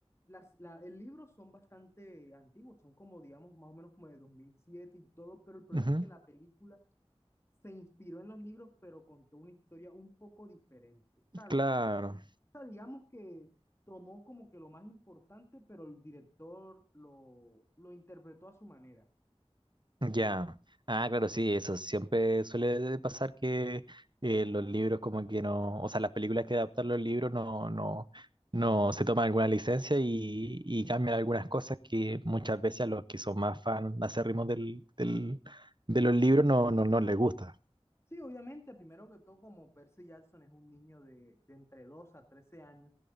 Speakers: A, on the left; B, on the right.
A: las, la, el libro son bastante antiguos, son como, digamos, más o menos como de 2007 y todo, pero el problema
B: Ujú.
A: es que la película se inspiró en los libros, pero contó una historia un poco diferente. O sea,
B: Claro.
A: o sea, digamos que tomó como que lo más importante, pero el director lo, lo interpretó a su manera.
B: Ya. Ah, claro, sí, eso siempre suele pasar que eh, los libros como que no, o sea, las películas que adaptan los libros no, no, no se toman alguna licencia y, y cambian algunas cosas que muchas veces a los que son más fan acérrimos del, del, de los libros no, no, no les gusta.
A: Sí, obviamente, primero que todo, como Percy Jackson es un niño de, de entre 2 a 13 años,